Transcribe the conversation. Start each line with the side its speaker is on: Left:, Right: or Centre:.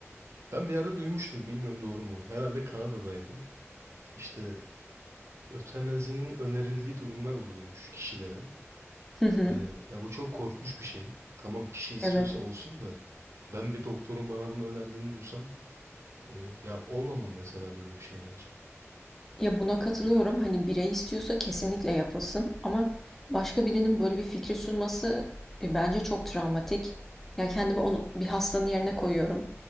Right: ben bir yerde duymuştum bilmiyorum doğru mu herhalde Kanada'daydı. İşte ötenazinin önerildiği durumlar oluyormuş kişilere.
Centre: Hı hı.
Right: Ee, ya bu çok korkunç bir şey. Tamam kişi istiyorsa
Centre: Evet.
Right: olsun da ben bir doktorun bana bunu önerdiğini duysam Ee, ya olmamalı mesela böyle bir şey bence.
Centre: Ya buna katılıyorum. Hani birey istiyorsa kesinlikle yapılsın ama başka birinin böyle bir fikri sunması e, bence çok travmatik. Ya kendimi onu bir hastanın yerine koyuyorum.